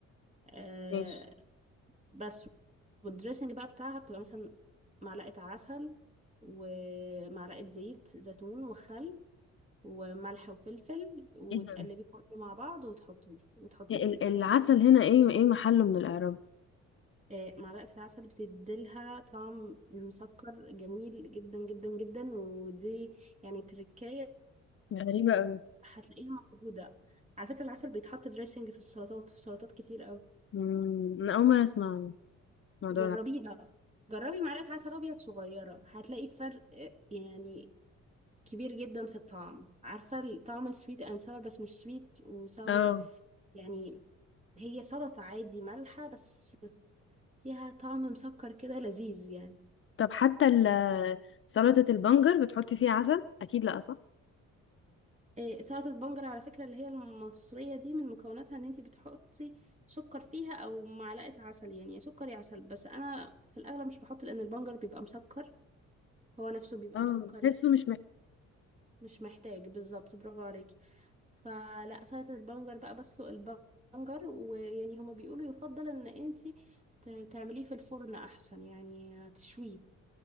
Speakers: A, on the right; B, on the left.
A: أه
B: ماشي
A: بس والدريسنج بقى بتاعها بتبقى مثلا معلقه عسل ومعلقه زيت زيتون وخل وملح وفلفل وتقلبي
B: ايه ده
A: كله مع بعض وتحطيه وتحطيه
B: ال-
A: فيها
B: العسل هنا ايه وايه محله من الإعراب
A: أه معلقه العسل بتديلها طعم مسكر جميل جدا جدا جدا ودي يعني تركاية
B: غريبة اوي
A: هتلاقيها موجودة على فكرة العسل بيتحط دريسنج في السلطات في سلطات كتير أوي
B: مم، انا اول مره اسمع عن الموضوع
A: جربيها
B: ده
A: جربي معلقة عسل أبيض صغيرة هتلاقي فرق آه، يعني كبير جدا في الطعم عارفة طعم السويت أند ساور بس مش سويت وساور
B: اه
A: يعني هي سلطة عادي مالحة بس فيها طعم مسكر كده لذيذ يعني
B: طب حتى ال- سلطه البنجر بتحطي فيها عسل اكيد لا صح
A: إيه، سلطة بنجر على فكرة اللي هي المصرية دي من مكوناتها ان انتي بتحطي سكر فيها او معلقة عسل يعني يا سكر يا عسل بس انا في الاغلب مش بحط لان البنجر بيبقى مسكر هو نفسه بيبقى
B: اه
A: مسكر
B: بحسه
A: يعني
B: مش محتاج
A: مش محتاج بالظبط برافو عليكي فلا سلطة البنجر بقى بسلق البنجر ويعني هما بيقولوا يفضل ان انتي ت- تعمليه في الفرن احسن يعني تشويه